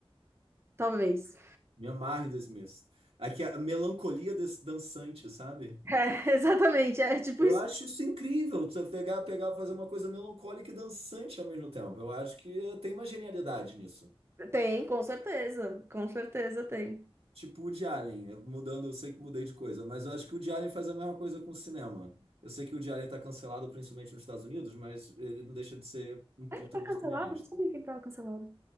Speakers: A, on the right; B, on the right.
A: talvez.
B: Me amarre em The Smiths. Aqui é a melancolia des- dançante, sabe?
A: É, <laughs> exatamente, é tipo
B: Eu
A: isso.
B: acho isso incrível, você pegar, pegar, fazer uma coisa melancólica e dançante ao mesmo tempo. Eu acho que eh, tem uma genialidade nisso.
A: Tem, com certeza, com certeza tem.
B: Tipo o de Alien, eu- mudando, eu sei que mudei de coisa, mas eu acho que o de Alien faz a mesma coisa com o cinema. Eu sei que o de Alien tá cancelado principalmente nos Estados Unidos, mas ele não deixa de ser um puta
A: Ah, ele tá
B: de
A: cancelado?
B: um cineasta.
A: Não sabia que ele tava cancelado.